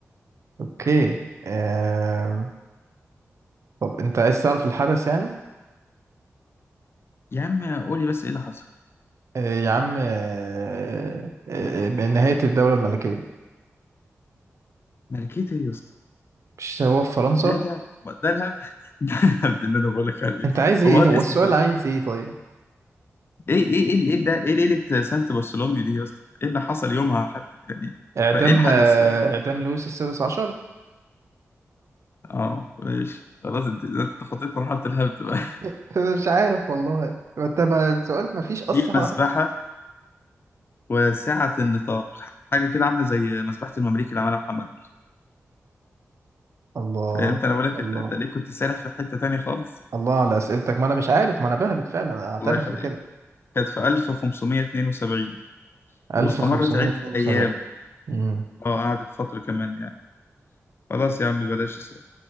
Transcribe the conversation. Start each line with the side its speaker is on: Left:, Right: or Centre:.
Right: اوكي آه... طب انت عايز تعرف الحدث يعني
Left: يا عم قولي بس إيه اللي حصل
Right: آه يا عم آه... آه... بنهاية الدولة الملكية
Left: ملكية ايه يا اسطى
Right: مش هو في فرنسا
Left: ده ده ده الهبد <laughs> ده الهبد اللي انا بقول لك عليه
Right: انت عايز ايه
Left: هو الاسم
Right: هو السؤال
Left: فريد
Right: عايز ايه طيب
Left: ايه ايه ايه ايه ده ايه ليلة سانت برثولوميو دي يا اسطى ايه اللي حصل يومها حتى يعني
Right: اعدام
Left: فايه الحدث
Right: آه...
Left: فاهم
Right: اعدام لويس السادس عشر
Left: اه ماشي خلاص انت انت تخطيت مرحلة الهبد بقى
Right: <laughs> مش عارف والله ما انت بقى السؤال ما فيش اصلا
Left: <laughs> دي مسبحة
Right: حد
Left: وسعة النطاق حاجة كده عاملة زي مسبحة المماليك اللي عملها محمد علي
Right: الله
Left: فهمت انا بقول لك
Right: الله
Left: انت انت ليه كنت سارح في حتة تانية خالص
Right: الله على اسئلتك ما انا مش عارف ما انا بهبت فعلا انا اعترف
Left: الله يخليك
Right: بكده
Left: كانت في 1572
Right: 1572
Left: واستمرت عدة أيام
Right: امم
Left: اه قعدت فترة كمان يعني. خلاص يا عم بلاش السؤال